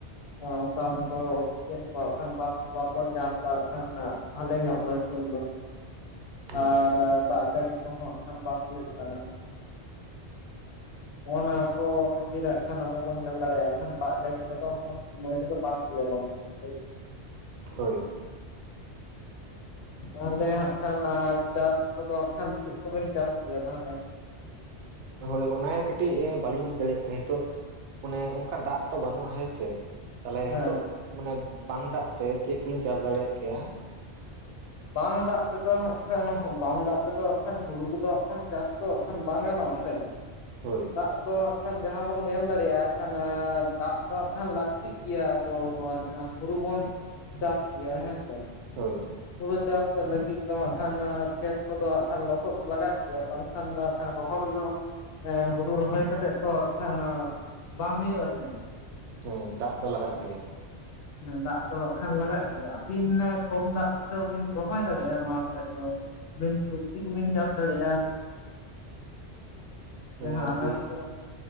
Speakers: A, on the left (about 65°); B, on the right (about 85°).
A: ᱚᱱᱠᱟ ᱢᱚᱛᱚ ᱚᱠᱥᱤᱡᱮᱱ ᱠᱚᱟᱜ ᱠᱷᱟᱱ ᱵᱟᱝ ᱵᱟᱵᱚᱱ ᱧᱟᱢ ᱮᱫᱟ ᱠᱷᱟᱱ ᱦᱟᱸᱰᱮ ᱧᱚᱜ ᱫᱚ ᱫᱚ
B: ᱦᱩᱸ ᱦᱩᱸ
A: ᱟᱨ ᱫᱟᱜ ᱡᱟᱹᱲᱤ ᱚ ᱦᱚᱸ ᱵᱟᱝᱟᱦ ᱦᱩᱭ ᱠᱟᱱᱟ᱾ ᱱᱚᱜᱼ ᱱᱟ ᱠᱚ ᱠᱷᱟᱹᱛᱤᱨᱟᱜᱜ ᱠᱷᱟᱱ ᱟᱵᱚ ᱵᱚᱱ ᱧᱮᱞ ᱫᱟᱲᱮᱭᱟᱜᱼᱟ ᱠᱷᱟᱱ ᱫᱟᱜ ᱡᱟᱹᱲᱤ ᱠᱚᱫᱚᱼᱼ ᱥᱚᱢᱚᱭ ᱨᱮᱫᱚ ᱵᱟᱝ ᱦᱩᱭᱩᱜᱼᱟ ᱦᱚᱭ ᱥᱮ
B: ᱦᱳᱭ
A: ᱛᱟᱦᱚᱞᱮ ᱦᱟᱸᱜ ᱠᱷᱟᱱ ᱪᱟᱥ ᱠᱚᱫᱚ ᱦ ᱠᱷᱟᱱ ᱪᱮᱫ ᱠᱚᱵᱮᱱ ᱪᱟᱥ ᱜᱮᱮᱭᱟ ᱛᱟᱦᱚᱞᱮ?
B: ᱦᱳᱭ ᱚᱮ ᱠᱟᱹᱴᱤᱡ ᱵᱟᱟᱹᱞᱤᱧ ᱵᱩᱡ ᱫᱟᱲᱮᱭᱟᱜ ᱠᱟᱱᱟ ᱱᱤᱛᱚᱜᱼᱼ ᱟᱱᱮ ᱚᱱᱠᱟ ᱫᱟᱜ ᱛᱚ ᱵᱟᱹᱱᱩᱜᱼᱟ ᱦᱮᱸ ᱥᱮ ᱛᱟᱦᱚᱞᱮ
A: ᱦᱮᱸ
B: ᱱᱤᱛᱚᱜ ᱢᱟᱱᱮ ᱵᱟᱝ ᱫᱟᱜ ᱛᱮ ᱪᱮᱫ ᱠᱚᱞᱤᱧ ᱪᱟᱥ ᱫᱟᱲᱮᱭᱟᱜ ᱠᱮᱭᱟ?
A: ᱵᱟᱝ ᱫᱟᱜ ᱛᱮᱫᱚ ᱦᱜ ᱠᱷᱟᱱ ᱵᱟᱝ ᱫᱟᱜ ᱛᱮᱫᱚ ᱦᱜ ᱠᱷ ᱦᱩᱲᱩ ᱠᱚᱫᱚ ᱦᱜ ᱠᱷ ᱪᱟᱥ ᱫᱚ ᱦ ᱠᱷᱟᱱ ᱵᱟᱝ ᱜᱟᱱᱚᱜᱼᱟ ᱥᱮ?
B: ᱦᱳᱭ
A: ᱫᱟᱜ ᱫᱚ ᱦᱜ ᱠᱷᱟᱱ ᱡᱟᱦᱟᱸ ᱵᱚᱱ ᱧᱮᱞ ᱫᱟᱲᱮᱭᱟᱜ ᱠᱷᱟᱱ ᱫᱟᱜ ᱫᱚ ᱦᱟᱸᱜ ᱠᱷᱟᱱ ᱞᱟᱹᱠᱛᱤᱜ ᱜᱮᱭᱟ ᱟᱵᱚ ᱱᱚᱣᱟ ᱡᱟᱦᱟᱸᱼᱼ ᱦᱩᱲᱩ ᱵᱚᱱ ᱪᱟᱥ ᱜᱮᱭᱟ ᱦᱮᱸ ᱥᱮ
B: ᱦᱳᱭ
A: ᱦᱩᱲᱩ ᱪᱟᱥ ᱞᱟᱹᱜᱤᱫ ᱫᱚ ᱦᱟᱸᱜ ᱠᱷᱟᱱ ᱠᱷᱮᱛ ᱠᱚᱫᱚ ᱦ ᱠᱷᱟᱱ ᱞᱚᱥᱚᱫ ᱞᱟᱜᱟᱜ ᱜᱮᱭᱟ ᱵᱟᱝᱼᱼ ᱛᱟᱱᱰᱟ ᱵᱚᱦ <unintelligible> ᱦᱩᱲᱩ ᱨᱚᱦᱚᱭ ᱠᱟᱛᱮᱜ ᱛᱚᱠᱷ ᱚᱱᱟ ᱵᱟᱝ ᱦᱩᱭᱩᱜ ᱟᱥᱮ?
B: ᱦᱮᱸ ᱫᱟᱜ ᱫᱚ ᱞᱟᱜᱟᱜ ᱜᱮᱭᱟ᱾
A: ᱦᱮ ᱫᱟᱜ ᱫᱚ ᱦᱜ ᱠᱷᱟᱱ ᱞᱟᱜᱟᱜ ᱜᱮᱭᱟ ᱟᱹᱵᱤᱱ ᱠᱚᱢ ᱫᱟᱜ ᱛᱮᱫᱚ ᱵᱤᱱ ᱨᱚᱦᱚᱭ ᱫᱟᱲᱮᱭᱟᱜᱼᱟ ᱱᱚᱣᱟ ᱠᱚᱨᱮ ᱫᱚ ᱟᱵᱤᱱ ᱥᱚᱵᱡᱤ ᱠᱚᱵᱤᱱ ᱪᱟᱥ ᱫᱟᱲᱮᱭᱟᱜᱼᱟ᱾
B: ᱦᱳᱭ
A: ᱡᱟᱦᱟᱸ
B: ᱟᱨᱠᱤ
A: ᱟᱱᱟᱡ ᱠᱚ